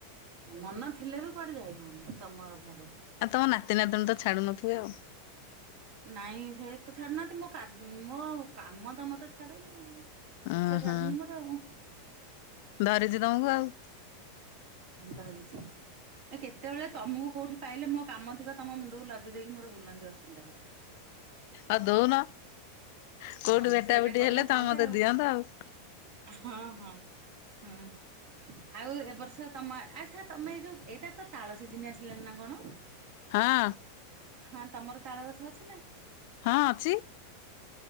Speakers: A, on the right; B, on the left.
A: ମନ ଥିଲେ ବି କୁଆଡେ ଯାଇ ହଉନି ସମୟ ଅଭାବ।
B: ଆଉ ତମ ନାତି ନାତିଣୀ ତ ଛାଡୁ ନଥିବେ ଆଉ।
A: ନାଇଁ ସେ ତ ଛାଡୁନାହାନ୍ତି ମୋ କା ମୋ କାମ ତ ମତେ ଛାଡୁନି ଆଉ। ପିଛା
B: ଉଁ
A: ଛାଡୁନି
B: ହୁଁ
A: ମୋର ହଁ।
B: ଧରିଛି ତମକୁ ଆଉ
A: ଧରିଛି। ଏ କେତେବେଳେ ତମୁକୁ କୋଉଠି ପାଇଲେ ମୋ କାମ ତିକ ତମ ମୁଣ୍ଡୁକୁ ଲଦି ଦେଇକି ମୋର ବୁଲନ୍ତି ଅଚିନ୍ତାରେ।
B: ଆ ଦଉନ। କୋଉଠି
A: ହଁ
B: ଭେଟା
A: ସେଇଟା
B: ଭେଟି
A: କଲେ
B: ହେଲେ ତମ
A: ହଅନ୍ତା
B: ମତେ
A: ଆଉ
B: ଦିଅନ୍ତ ଆଉ।
A: ହଁ ହଁ ହୁଁ। ଆଉ ଏ ବର୍ଷ ତମ ଆଛା ତମେ ଯୋଉ ଏଇଟା ତ ତାଳ ସିଝିନି ଆସିଲଣିି ନା କଣ?
B: ହଁ
A: ହଁ ତମର ତାଳ ଗଛ ଅଛି ନା।
B: ହଁ ଅଛି।